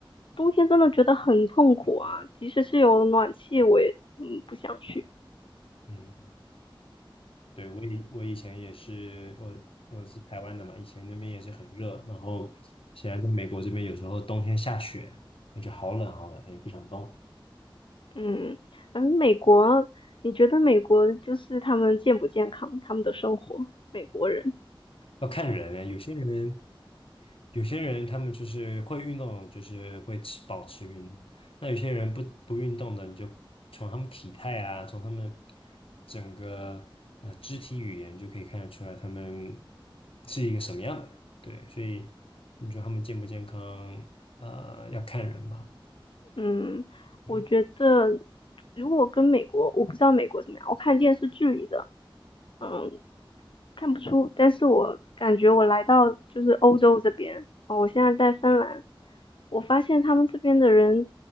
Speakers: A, on the left; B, on the left.
A: 冬天真的觉得很痛苦啊，即使是有暖气，我也嗯不想去。
B: 嗯，对，我以我以前也是，我我是台湾的嘛，以前那边也是很热，然后现在在美国这边有时候冬天下雪，那就好冷好冷，也不想动。
A: 嗯，嗯，美国，你觉得美国就是他们健不健康？他们的生活，美国人，
B: 要看人呢，有些人有些人他们就是会运动的，就是会持保持运动。那有些人不不运动的，你就从他们体态啊，从他们整个呃肢体语言就可以看得出来，他们是一个什么样的人。对，所以你说他们健不健康，呃，要看人吧。
A: 嗯，
B: 对，
A: 我觉得如果跟美国，我不知道美国怎么样，我看电视剧里的，嗯，看不出，但是我感觉我来到就是欧洲这边，哦，我现在在芬兰，我发现他们这边的人，